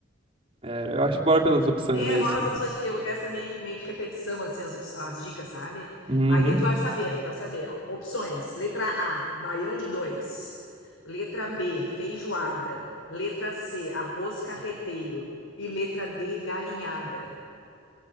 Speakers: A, on the right; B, on the left.
A: É, eu acho que bora pelas opções
B: É,
A: mesmo.
B: fala as opções, porque o resto é meio, meio que repetição, assim, as, op- as dicas, sabe?
A: Uhum.
B: Aí tu vai saber, aí tu vai saber, ó. Opções. Letra A, baião de dois. Letra B, feijoada. Letra C, arroz carreteiro. E letra D, galinhada.